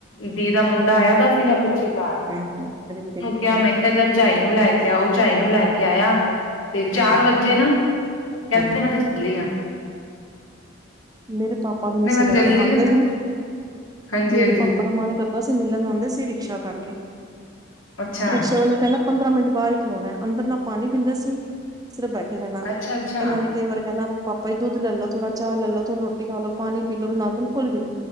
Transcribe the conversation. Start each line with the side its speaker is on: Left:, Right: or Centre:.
Left: ਦੀ ਦਾ ਮੁੰਡਾ ਆਇਆ ਦਾ ਸੀਗਾ, ਪਿੱਛੇ ਕਾਰ
Right: ਹੂੰ-ਹੂੰ-ਹੂੰ ਰਿਤਿਕ
Left: ਕਿਹਾ,
Right: ਹਾਂ
Left: ਮੈਂ ਕਿਹਾ ਜਦ ਚਾਈ ਨੂੰ ਲੈ ਕੇ ਆਓ, ਚਾਈ ਨੂੰ ਲੈ ਕੇ ਆਇਆ ਤੇ
Right: ਅੱਛਾ
Left: ਚਾਰ ਵੱਜੇ ਨਾ ਕਹਿੰਦੇ,
Right: ਹਾਂ
Left: ਮੈਂ ਤ ਚੱਲੀਆਂ
Right: ਮੇਰੇ ਪਾਪਾ ਵੀ ਨਹੀਂ ਸੀ
Left: ਤੇ
Right: ਰੈਂਦੇ
Left: ਚੱਲੀ
Right: ਆਉਂਦੇ
Left: ਆ
Right: ਸੀ,
Left: ਹਾਂਜੀ
Right: ਮੇਰੇ
Left: ਹਾਂਜੀ
Right: ਪਾਪਾ ਆਪਾਂ ਦਾ ਮਨ ਕਰਦਾ ਸੀ, ਮਿਲਣ ਆਉਂਦੇ ਸੀ ਰਿਕਸ਼ਾ ਕਰਕੇ,
Left: ਅੱਛਾ
Right: ਰਿਕਸ਼ੇ ਵੱਲ ਨੂੰ ਕਹਿੰਣਾ ਪੰਦਰਾਂ ਮਿੰਟ ਬਾਹਰ ਹੀ ਖਲਾਉਣਾ ਅੰਦਰ ਨਾ ਪਾਣੀ ਪੀਂਦਾ ਸੀ, ਸਿਰਫ ਬੈਠੇ ਰਹਿਣਾ
Left: ਅੱਛਾ ਅੱਛਾ
Right: ਇਹਨਾਂ ਨੇ ਕਈ ਵਰਗ ਨਾ ਪਾਪਾ ਹੀ ਦੁੱਧ ਲੈਲੋ, ਥੋੜਾ ਚਾਹ ਲੈ ਲ ਲੋ, ਥੋੜਾ ਰੋਟੀ ਖਾਲੋ, ਪਾਣੀ ਪੀਲੋ ਨਾ ਬਿਲਕੁਲ ਵੀ ਨ